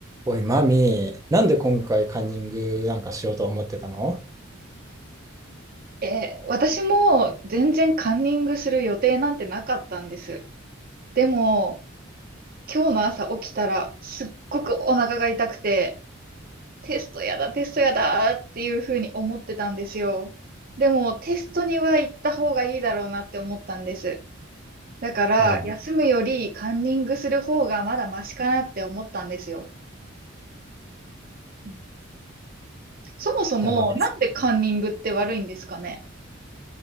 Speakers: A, on the right; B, on the right.
A: おい、マミー、なんで今回カンニングなんかしようと思ってたの
B: えー私も全然カンニングする予定なんてなかったんです。でも、今日の朝起きたらすっごくお腹が痛くて、テストやだ、テストやだっていうふうに思ってたんですよ。でも、テストには行った方がいいだろうなって思ったんです。だから、
A: うん。うん。
B: 休むよりカンニングする方がまだマシかなって思ったんですよ。うんそもそも、
A: じゃまあ、
B: なんでカンニングって悪いんですかね